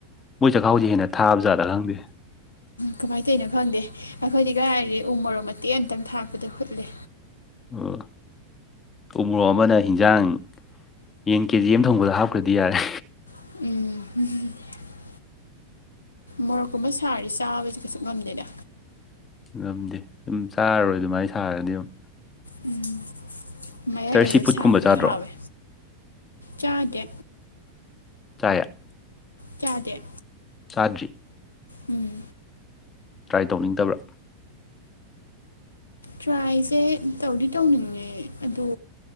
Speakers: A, on the left (about 20°); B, on the left (about 80°).
A: ꯃꯣꯏ ꯆꯈꯥꯎꯖꯦ ꯍꯦꯟꯅ ꯊꯥꯕ ꯖꯥꯠꯂ ꯈꯪꯗꯦ
B: ꯀꯃꯥꯏꯟ ꯇꯣꯏꯅꯣ ꯈꯪꯗꯦ ꯑꯩꯈꯣꯏꯗꯤ ꯀꯔꯥꯏꯗꯩ ꯎꯃꯣꯔꯣꯛ ꯃꯇꯦꯛ ꯑꯝꯇꯪ ꯊꯥꯛꯄꯗ ꯍꯨꯠꯂꯦ
A: ꯑꯣ ꯎ ꯃꯣꯔꯣꯛ ꯑꯃꯅ ꯍꯤꯟꯖꯥꯡ ꯌꯦꯟ ꯀꯦꯖꯤ ꯑꯃ ꯊꯣꯡꯕꯗ ꯍꯥꯞꯈ꯭ꯔꯗꯤ ꯌꯥꯔꯦ
B: ꯎꯝ ꯍꯥ ꯃꯣꯔꯣꯛꯀꯨꯝꯕ ꯁꯥꯔꯗꯤ ꯆꯥꯕꯁꯤ ꯀꯩꯁꯨ ꯉꯝꯗꯦꯗ
A: ꯉꯝꯗꯦ ꯑꯗꯨꯝ ꯆꯥꯔꯔꯣꯏ ꯑꯗꯨꯃꯥꯏꯟ ꯁꯥꯔꯗꯤ ꯗꯨꯝ
B: ꯎꯝ ꯃꯌꯥꯏ
A: ꯁꯤꯁꯇꯔ
B: ꯑꯣꯏꯔꯞ
A: ꯁꯤ ꯐꯨꯗꯀꯨꯝꯕ
B: ꯁꯥꯕꯗꯨꯅ
A: ꯆꯥꯗ꯭ꯔꯣ
B: ꯍꯥꯎꯋꯦ ꯆꯥꯗꯦ
A: ꯆꯥꯏꯌꯦ
B: ꯆꯥꯗꯦ
A: ꯆꯥꯗ꯭ꯔꯤ
B: ꯎꯨꯝ
A: ꯇ꯭ꯔꯥꯏ ꯇꯧꯅꯤꯡꯗꯕ꯭ꯔꯥ
B: ꯇ꯭ꯔꯥꯏꯁꯦ ꯇꯧꯗꯤ ꯇꯧꯅꯤꯡꯉꯦ ꯑꯗꯣ